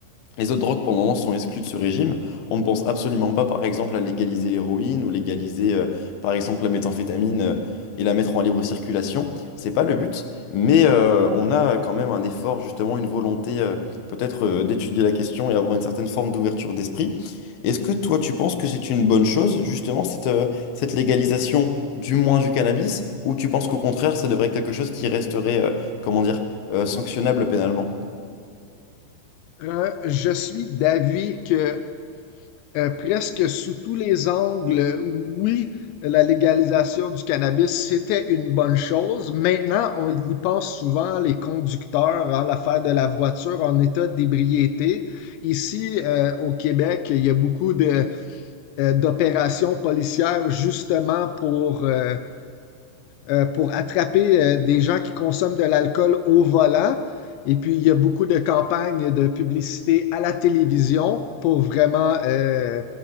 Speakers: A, on the left; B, on the left.
A: les autres drogues, pour le moment, sont exclues de ce régime. On ne pense absolument pas, par exemple, à légaliser l'héroïne ou légaliser, euh, par exemple, la méthamphétamine, euh, et la mettre en libre circulation. C'est pas le but, mais euh, on a quand même un effort, justement, une volonté, euh, peut-être, euh, d'étudier la question et avoir une certaine forme d'ouverture d'esprit. Est-ce que toi, tu penses que c'est une bonne chose, justement, cette, euh, cette légalisation, du moins du cannabis, ou tu penses qu'au contraire, ça devrait être quelque chose qui resterait, euh, comment dire, euh, sanctionnable pénalement?
B: Euh, je suis d'avis que Euh, presque sous tous les angles, oui, la légalisation du cannabis, c'était une bonne chose. Maintenant, on y pense souvent, les conducteurs, en l'affaire de la voiture en état d'ébriété. Ici, euh, au Québec, il y a beaucoup de, euh, d'opérations policières justement pour euh, euh, pour attraper euh, des gens qui consomment de l'alcool au volant. Et puis, il y a beaucoup de campagnes de publicité à la télévision pour vraiment euh,